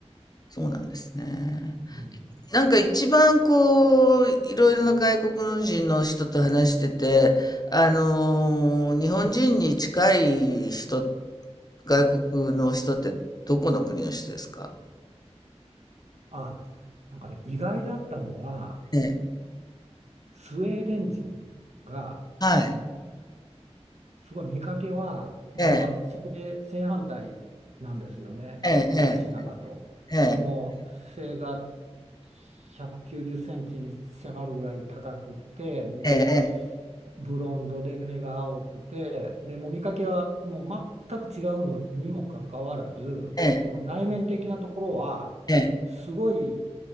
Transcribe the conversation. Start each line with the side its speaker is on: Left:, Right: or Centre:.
Left: そうなんですね。
Right: うん、
Left: なんか一番こう、いろいろな外国人の人と話してて、あのー日本人に近い人、外国の人ってどこの国の人ですか
Right: あ、なんかね、意外だったのは、
Left: ええ。
Right: スウェーデン人が、
Left: はい。
Right: すごい見かけはもう、
Left: ええ、
Right: ま、正、正反対なんですよね私なんかと。
Left: ええ、ええ、ええ、
Right: もう背が190センチに迫るぐらい高くてで
Left: ええ、
Right: ブロンドで目が青くてでもう見かけはもう全く違うのにもかかわらずその内面的なところはすごい
Left: ええ、